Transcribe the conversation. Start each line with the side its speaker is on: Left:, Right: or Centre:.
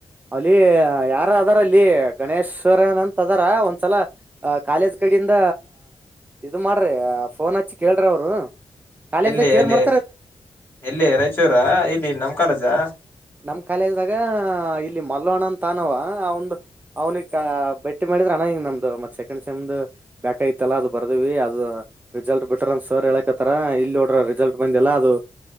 Right: ಅಲ್ಲಿ ಯಾರ ಅದಾರ ಅಲ್ಲಿ ಗಣೇಶ ಸರನ್ ಅಂತ ಅದಾರ ಒಂದ್ಸಲ ಅ ಕಾಲೇಜ್ ಕಡಿಂದ ಇದು ಮಾಡ್ರಿ ಫೋನ್ ಹಚ್ಚಿ ಕೇಳ್ರ ಅವರು ಕಾಲೇಜಾಗ
Left: ಎಲ್ಲಿ
Right: ಕೇರ್
Left: ಎಲ್ಲಿ
Right: ಮಾಡ
Left: ಎಲ್ಲಿ ರಾಯಚೂರ ಇಲ್ಲಿ ನಮ ಕಾಲೇಜಾ
Right: ನಮ್ ಕಾಲದಾಗ ಇಲ್ಲಿ ಮಲ್ಲವಣ್ಣ ಅಂತ ಅಾನವ ಅವಂದು ಅವ್ನಿಿಗೆ ಭಟ್ಟಿ ಮಾಡಿದ್ರ ಚೆ ನಮ್ದ್ ಮತ್ ಸೆಕೆ್ೆಮ್ ಬೇಕಕ್ ಐತಲ್ಲಾ ಅದು ಬರ್ದ್ವಿ ಅದು ರಿಸಲ್ಟ್ ಬಿಟ್ರ ಸರ್ ಹೇಳಕ ತರ ಇಲ್ಲಿೋಡ್ರ ರಿಸಲ್ಟ್ ಬಂದಿಲ್ಲಲ್ಲ ಅದು